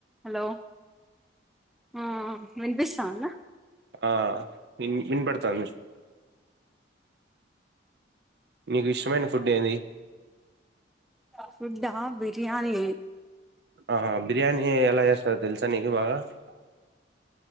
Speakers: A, in the centre; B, on the right.
A: Hello ఆ వినిపిస్తోందా
B: ఆ విని విన్పడతంది నీకు ఇష్టమైన ఫుడ్ ఏది
A: ఫుడ్డా బిర్యానీ
B: ఆహా బిర్యానీ ఎలా చేస్తారో తెలుస్ <unintelligible>